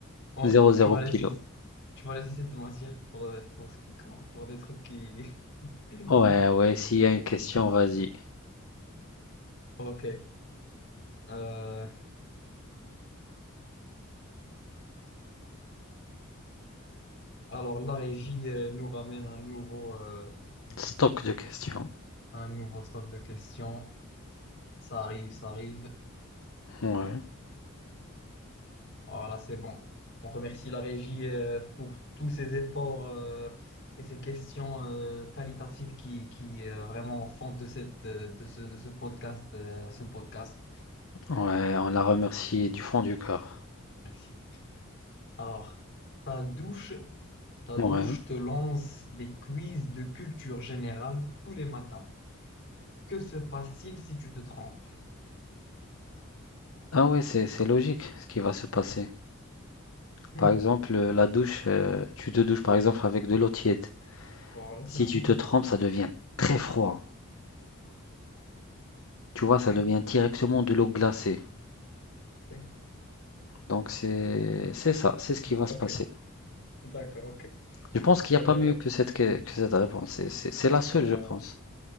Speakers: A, on the left (about 55°); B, on the left (about 75°).
A: Oh,
B: 00
A: tu vas
B: pilo.
A: laisser, tu vas laisser cette matière pour, pour ce qui compte, pour des trucs qui. <laughs>
B: Ouais, ouais, s'il y a une question, vas-y.
A: Ok. Euh, Alors, la régie euh, nous ramène un nouveau, euh,
B: Stock de questions.
A: un nouveau stock de questions. Ça arrive, ça arrive.
B: Ouais,
A: Voilà, c'est bon. On remercie la régie euh, pour tous ces efforts euh, et ces questions euh, qualitatives qui, qui euh, vraiment font de cette, euh, de ce, de ce podcast, euh, ce podcast.
B: ouais, on la remercie du fond du cœur.
A: Merci. Alors, ta douche, ta
B: Ouais.
A: douche te lance des quiz de culture générale tous les matins. Que se passe-t-il si tu te trompes?
B: Ah ouais, c'est c'est logique ce qui va se passer.
A: Hmm.
B: Par exemple, euh, la douche, euh, tu te douches par exemple avec de l'eau tiède.
A: Voilà.
B: Si
A: <laughs>
B: tu te trempes, ça devient très froid. Tu
A: Ok,
B: vois, ça devient directement de l'eau glacée.
A: ok,
B: Donc c'est c'est ça, c'est ce qui va se
A: ok.
B: passer.
A: D'accord, ok.
B: Je pense qu'il
A: Euh,
B: n'y a pas mieux que cette que, que cette réponse. C'est c'est- c'est la seule,
A: euh,
B: je pense.